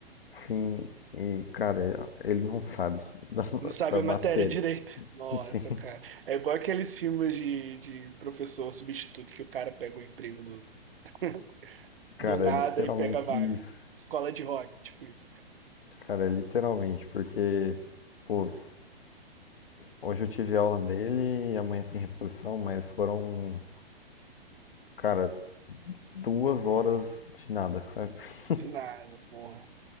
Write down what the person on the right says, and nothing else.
Não sabe
a
matéria direito. Nossa,
cara. É igual aqueles filmes de, de professor substituto que o cara pega o emprego do. <laughs>
do nada
e pega a vaga.
Escola de rock, tipo isso.
De nada, porra.